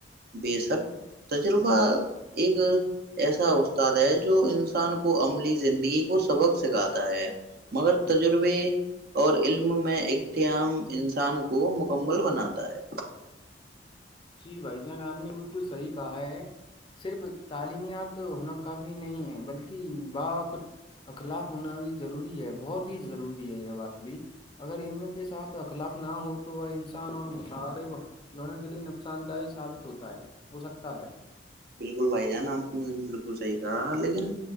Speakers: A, on the right; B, on the left.
A: بے شک تجربہ ایک ایسا استاد ہے جو انسان کو عملی زندگی کو سبق سکھاتا ہے مگر تجربے اور علم میں اختیاام انسان کو مکمل بناتا ہے
B: جی بھائی جان آپ نے بالکل صحیح کہا ہے صرف تعلیمیات ہونا کافی نہیں ہے بلکہ ب اخلاق ہونا بھی ضروری ہے بہت ہی ضروری ہے یہ بات بھی اگر اموں کے ساتھ اخلاق نہ ہو تو وہ انسان اور متعرک دونوں کے لئے نکل نقصان دہ ثابت ہوتا ہے ہو سکتا ہے
A: بالکل بھائی جان آپ بالکل صحی کہا لیکن